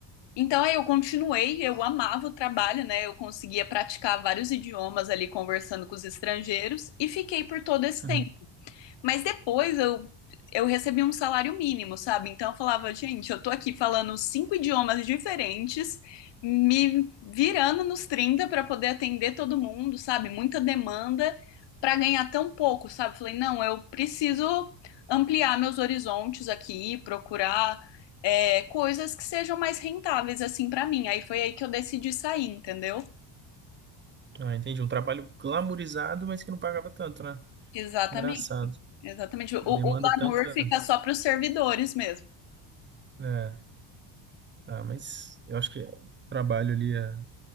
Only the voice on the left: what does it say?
Então, aí eu continuei, eu amava o trabalho, né? Eu conseguia praticar vários idiomas ali conversando com os estrangeiros e fiquei por todo esse
tempo. Mas depois eu, eu recebi um salário mínimo, sabe? Então eu falava, gente, eu tô aqui falando cinco idiomas diferentes, me virando nos 30 para poder atender todo mundo, sabe? Muita demanda para ganhar tão pouco, sabe? Falei, não, eu preciso ampliar meus horizontes aqui, procurar é, coisas que sejam mais rentáveis assim para mim. Aí foi aí que eu decidi sair, entendeu?
Exatamente,
exatamente. O,
o
glamour fica só para os servidores mesmo.